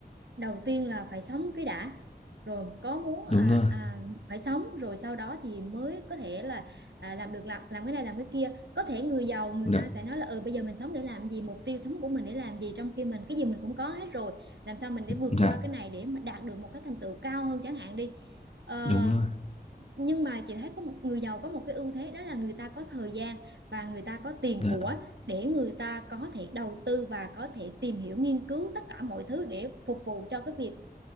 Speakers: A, on the right; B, on the left.
A: đầu tiên là phải sống cái đã rồi có muốn
B: đúng
A: à,
B: rồi.
A: à, phải sống rồi sau đó thì mới có thể là à, làm được làm, làm cái này làm cái kia có thể người giàu người
B: Dạ.
A: ta sẽ nói là ừ bây giờ mình sống để làm gì mục tiêu sống của mình để làm gì trong khi mình cái gì mình cũng có hết rồi làm sao mình để vượt
B: Dạ,
A: qua cái này để mà đạt được một cái thành tựu cao hơn chẳng hạn đi Ờ,
B: đúng rồi.
A: nhưng mà chị thấy có một người giàu có một cái ưu thế đó là người ta có thời gian và người ta có tiền
B: Dạ,
A: của để người ta có thể đầu tư và có thể tìm hiểu nghiên cứu tất cả mọi thứ để phục vụ cho cái việc